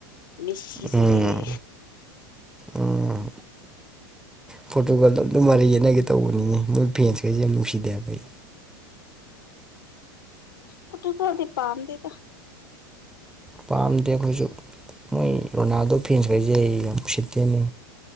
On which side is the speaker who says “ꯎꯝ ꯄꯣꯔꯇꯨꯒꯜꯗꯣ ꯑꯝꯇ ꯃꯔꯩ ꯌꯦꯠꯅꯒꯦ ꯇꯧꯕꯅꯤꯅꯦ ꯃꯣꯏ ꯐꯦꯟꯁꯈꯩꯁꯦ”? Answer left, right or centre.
Centre